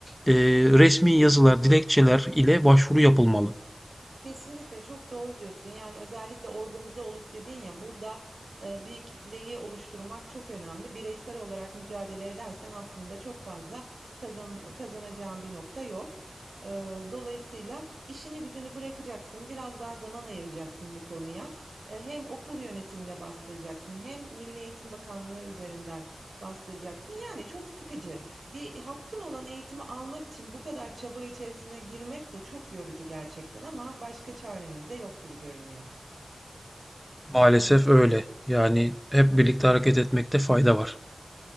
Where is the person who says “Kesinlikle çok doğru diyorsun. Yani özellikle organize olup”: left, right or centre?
Right